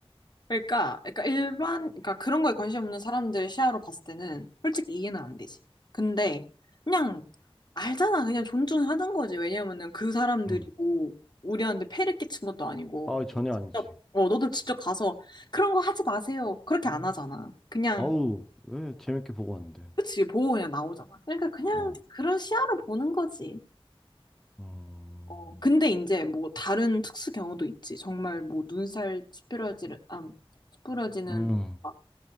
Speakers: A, on the left (about 45°); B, in the centre.
A: 그러니까, 그러니까 일반, 그러니까 그런 거에 관심 없는 사람들 시야로 봤을 때는 솔직히 이해는 안 되지. 근데 그냥 알잖아. 그냥 존중하는 거지. 왜냐면은 그 사람들이
B: 응.
A: 뭐 우리한테 폐를 끼친 것도 아니고.
B: 아, 전혀
A: 너 직접,
B: 아니지.
A: 어, 너도 직접 가서 그런 거 하지 마세요. 그렇게 안 하잖아. 그냥,
B: 아우, 왜 재밌게 보고 왔는데.
A: 그치, 보고 그냥 나오잖아. 그러니까 그냥
B: 어.
A: 그런 시야로 보는 거지.
B: 음.
A: 어, 근데 이제 뭐 다른 특수 경우도 있지. 정말 뭐 눈살 찌푸려지는, 아, 찌푸려지는
B: 음.
A: 막,